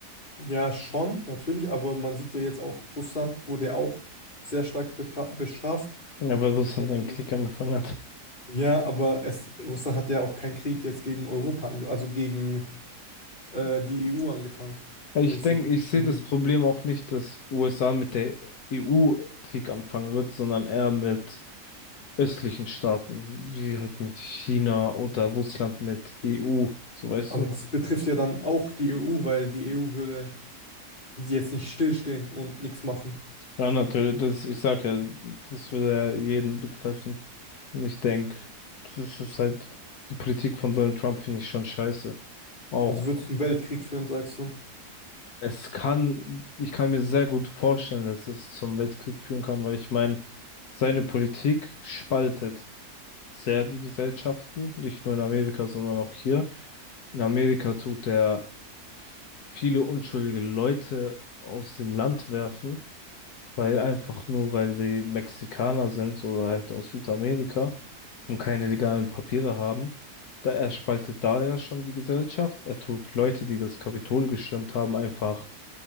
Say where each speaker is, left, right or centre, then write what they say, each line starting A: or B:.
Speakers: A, on the left (about 30°); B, on the left (about 75°).
A: ja, schon, natürlich. Aber man sieht ja jetzt auch, Russland wurde ja auch sehr stark betra- bestraft.
B: Ja, weil das dann ein
A: Mhm.
B: Krieg angefangen hat.
A: Ja, aber es, Russland hat ja auch keinen Krieg jetzt gegen Europa, ange also gegen äh, die EU angefangen.
B: Ich
A: Mäßig.
B: denke, ich sehe
A: Mhm.
B: das Problem auch nicht, dass USA mit der EU Krieg anfangen wird, sondern eher mit östlichen Staaten, wie halt mit China oder Russland mit EU, so weißt
A: Aber
B: du.
A: das betrifft ja dann auch die EU, weil die EU würde sie jetzt nicht stillstehen und nichts machen.
B: Ja, natürlich, das, ich sag ja, das würde ja jeden betreffen. Und ich denke, das ist halt, die Politik von Donald Trump finde ich schon scheiße. Auch
A: Also wird es einen Weltkrieg führen, sagst du?
B: Es kann, ich kann mir sehr gut vorstellen, dass es zum Weltkrieg führen kann, weil ich meine, seine Politik spaltet sehr die Gesellschaften, nicht nur in Amerika, sondern auch hier. In Amerika tut er viele unschuldige Leute aus dem Land werfen, weil einfach nur, weil die Mexikaner sind oder halt aus Südamerika und keine legalen Papiere haben. Da er spaltet da ja schon die Gesellschaft. Er tut Leute, die das Kapitol gestürmt haben, einfach